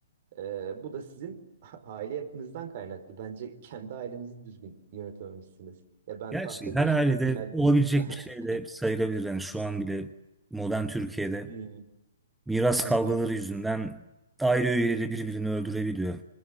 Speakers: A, on the right (about 45°); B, in the centre.
A: e, bu da sizin <laughs> aile yapınızdan kaynaklı. Bence kendi ailenizi düzgün yönetememişsiniz. Ya ben
B: Gerçi
A: tahta geçtim.
B: her ailede
A: Diğer
B: olabilecek
A: <laughs>
B: bir şey de sayılabilir. Yani şu an bile modern Türkiye'de
A: Hmm,
B: miras
A: Hı
B: kavgaları
A: hı.
B: yüzünden aile üyeleri birbirini öldürebiliyor.